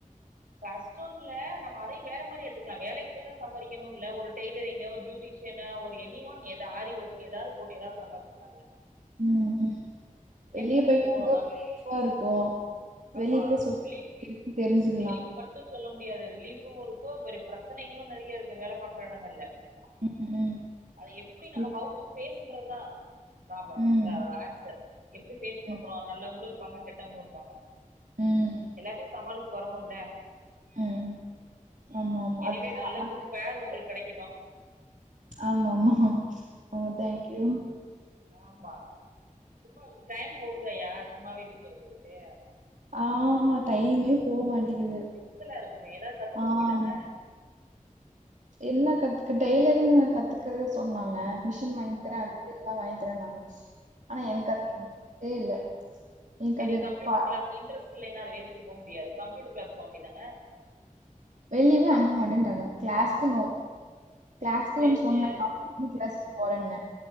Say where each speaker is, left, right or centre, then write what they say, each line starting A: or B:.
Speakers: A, on the right; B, on the right.
A: கஷ்டோன்ல்ல நம்ம அதையு வேற மாரி எடுத்துக்லா வேலைக்கு போய் தா சம்பாரிக்கனு இல்ல ஒரு டெய்லரிங்கு ஒரு பியூட்டிஷியனு ஒரு எனி ஒன் எதா ஆரி வொர்க்கு ஏதாவது போட்டு ஏதாவது சம்பாதிச்க்லா இல்ல
B: ம் ம் வெளிய
A: நமக்கு
B: பேயிட்டு
A: போகணும்
B: வந்து
A: நம்
B: ரிலீப்பா இருக்கு
A: ஆமா
B: வெளிய போய்
A: ரிலீஃப்
B: தெரிஞ்சுக்
A: ரிலீஃப் மட்டு சொல்ல முடியாது ரிலீஃபு இருக்கு பெரிய பிரச்சனைகளு நெறையருக் வேல பாக்கர எடங்கள்ள
B: ம்,
A: அத எப்டி
B: ம்.
A: நம்ம ஹவ் டூ பேஸ்ன்றதுதா ப்ராப்ளம்
B: ம்,
A: அதா அது ஒரு ஆன்சர் எப்டி பேஸ்
B: ம்,
A: பண்றோ நல்லவங்களு இருப்பாங்க கெட்டவங்களு இருப்பாங்க
B: ம்.
A: எல்லாத்தையு சமாளிச்சி வரணுல்ல
B: ம்.
A: ம்
B: ஆமாமா.
A: எனிவே
B: அதெல்லாம்
A: நல்ல
B: நம்ம
A: குட் பேர்
B: கைல இருக்கு.
A: ஒங்களுக் கெடைக்கட்டு
B: ஆமாமா ஆமா
A: ம்
B: தேங்க்யூ
A: ஆமா சும்மா இப்டி டைம் போகுதேயா சும்மாவே வீட்ல இருக்குறதுக்கு
B: ஆஹா டைமே போ மாட்டேக்கிது
A: எரிச்சலா இருக்குமே ஏதாவது கத்துக்க
B: ஆ
A: வேண்டியதானே
B: ஆமா என்ன கத்துக்க டெய்லரிங் கத்துக்றக்க சொன்னாங்க மிஷின் வாங்கி
A: ஆ
B: தறே அதுக்கு எல்லா வாங் தரனாங்க ஆனா
A: ஆ
B: எனக்கு <unintelligible> தே இல்ல எனக்கு
A: சரி
B: அது
A: கம்ப்யூட்டர்
B: ப
A: கிளாஸ் இன்ட்ரெஸ்ட்லன அது வேஸ்ட் போ முடியாது கம்ப்யூட்டர் கிளாஸ் போ வேன்டியதானே
B: வெளியுமே அனுப்ப மாட்டேன்டாங்க கிளாஸ்க்கு நோ கிளாஸ்
A: ஐயய்ய
B: கு சொன்னே <unintelligible> போறேன்ன